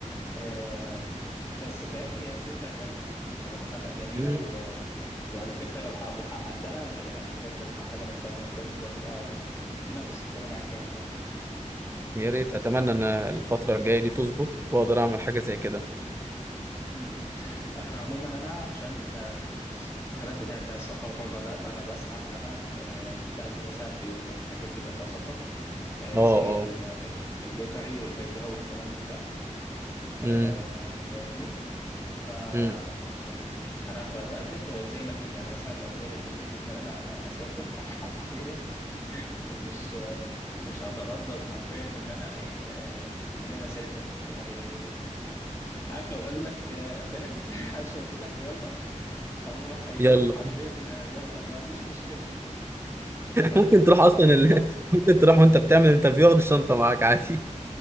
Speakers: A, on the left; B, on the right.
A: آه، بس فاهم هي الفكرة حلوة بصراحة لا جميلة
B: مم.
A: و... وعلى فكرة لو ح... وحققتها هتبقى لا بجد هتبقى حاجة محترمة بجد وهتبقى الدنيا هتستقر معاك جامد يعني
B: يا ريت أتمنى إن الفترة الجاية دي تظبط وأقدر أعمل حاجة زي كده
A: م- م. أنا عموما أنا عشان آه، الهدف بتاعي بتاع السفر بره ده فأنا بسعى إن أنا آه، بقدم مثلا في ال- الحاجات اللي يبقى فيها سفر آه،
B: أه أه
A: زي ال- اللوتري والهجرة والكلام من ده
B: مم.
A: آه، فاهمني؟ ف اللهم
B: مم.
A: صل على النبي. انا ب- بقدم وزي ما تيجي انا مثلا لو جالي حته ان انا اسافر <laughs> انا حرفيا <laughs> مش مش هتردد حرفيا ان انا ايه آه، ان انا اسافر يعني عارف لو قال لك آه، فاهم <laughs> هات شنطتك ويلا هقوم راح قايل
B: يلا
A: لهم حرفيا آه، يلا انا ما عنديش مشكله فلا
B: ممكن تروح اصلا
A: الموضوع
B: ال... <laughs> ممكن تروح وانت بتعمل انترفيو واخد الشنطه معاك عادي